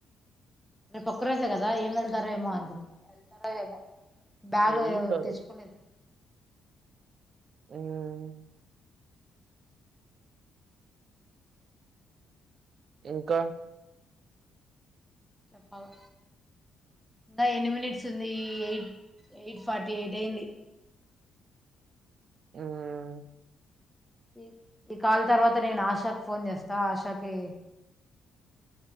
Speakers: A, in the centre; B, on the right.
A: రేపు ఒక్కరేజే కదా ఏం వెళ్తారో ఏమో అనుకున్నా ఏం వెళ్తారో ఏమో బ్యాగు
B: ఎల్లుంటారు
A: ఏం తెచ్చుకునేది
B: మ్మ్ ఇంకా
A: చెప్పాలా ఇంకా ఎన్ని మినిట్స్ ఉంది ఎయిట్ ఎయిట్ ఫార్టీ ఎయిట్ అయింది
B: మ్మ్
A: ఈ ఈ కాల్ తర్వాత నేను ఆశాకి ఫోన్ చేస్తా ఆశాకి